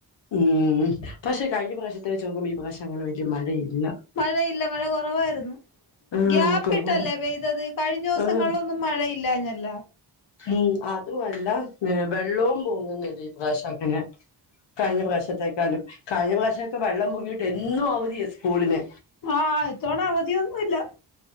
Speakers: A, on the left; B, on the left.
A: ഉമ് പക്ഷെ കഴിഞ്ഞ പ്രാവശത്തെ വച്ച് നോക്കുമ്പോ ഈ പ്രശം അങ്ങനെ വല്ല്യ മഴല്ല
B: മഴയില്ല മഴ കുറവായിരുന്നു
A: ആഹ്
B: ഗ്യാപ്പിട്ടല്ലേ
A: കൊറവാ
B: പെയ്തത് കഴിഞ്ഞ ദിവസങ്ങളിലൊന്നും
A: ആഹ്
B: മഴയില്ലഞ്ഞല്ല
A: ഉമ് അതുവല്ല വെള്ളവും പോങ്ങുന്നില്ല ഈ പ്രാവശ്യം അങ്ങനെ കഴിഞ്ഞ പ്രശത്തേക്കാളും കഴിഞ്ഞ പ്രശക്കെ വെള്ളം പൊങ്ങിയിട്ട് എന്നും അവധി സ്കൂളിന്
B: ആഹ് ഇത്തവണ അവധിയൊന്നുല്ല